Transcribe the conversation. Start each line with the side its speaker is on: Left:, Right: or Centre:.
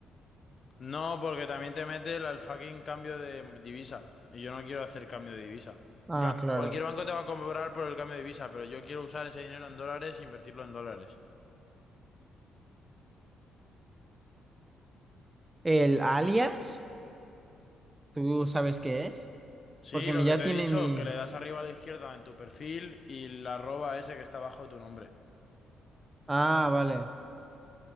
Left: No, porque también te mete el, el fucking cambio de divisa. Y yo no quiero hacer cambio de divisa.
Right: Ah,
Left: En plan,
Right: claro.
Left: cualquier banco te va a cobrar por el cambio de divisa, pero yo quiero usar ese dinero en dólares e invertirlo en dólares.
Right: ¿El alias? ¿Tú sabes qué es?
Left: Sí,
Right: Porque
Left: lo
Right: mi- ya
Left: que te
Right: tiene
Left: he dicho,
Right: mi...
Left: que le das arriba a la izquierda en tu perfil y la arroba ese que está abajo de tu nombre.
Right: Ah, vale.